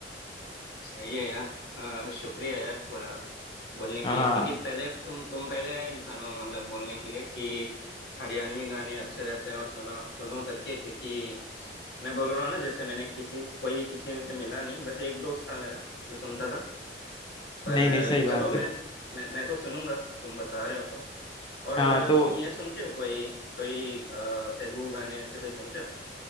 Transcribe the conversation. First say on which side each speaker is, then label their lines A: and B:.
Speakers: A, on the left; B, on the left.
A: सही है यार अ, शुक्रिया यार थोड़ा बोलने
B: हाँ
A: के लिए क्योंकि पहले तुम तुम पहले इंसान हो मतलब बोलने के लिए कि हरियाणवी गाने अच्छे रहते हैं और सुना सुनो करके क्योंकि मैं बोल रहा हूँ ना जैसे मैंने किसी कोई किसी में से मिला नहीं बस एक दोस्त था मेरा जो सुनता था पर
B: नहीं नहीं सही बात
A: चलो मैं
B: है
A: मैं मैं तो सुनूंगा तुम बता रहे हो तो और
B: हाँ तो
A: तुम ये सुनते हो कोई कोई अ, तेलुगु गाने ऐसे कोई सुनते हो